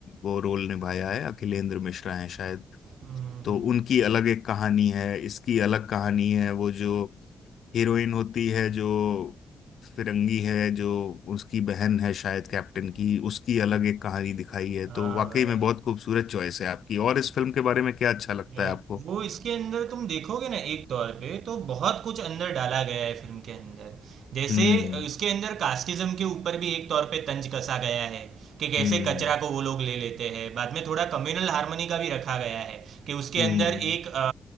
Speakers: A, on the left; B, on the right.
A: वो रोल निभाया है अखिलेंद्र मिश्रा है शायद
B: हम्म,
A: तो उनकी अलग एक कहानी है इसकी अलग कहानी है वो जो हीरोइन होती है जो फिरंगी है जो उसकी बहन है शायद कैप्टन की उसकी अलग एक कहानी दिखाई है
B: हाँ
A: तो वाकई
B: भाई
A: में बहुत खूबसूरत चॉइस है आपकी और इस फिल्म के बारे में क्या अच्छा लगता
B: यार
A: है आपको
B: वो इसके अंदर तुम देखोगे ना एक तौर पे तो बहुत कुछ अंदर डाला गया है फिल्म के अंदर जैसे
A: हम्म
B: अ, इसके अंदर कास्टिज्म के ऊपर भी एक तौर पे तंज कसा गया है कि कैसे
A: हम्म
B: कचरा को वो लोग ले लेते हैं बाद में थोड़ा कम्युनल हार्मनी का भी रखा गया है कि उसके
A: हम्म
B: अंदर एक अ,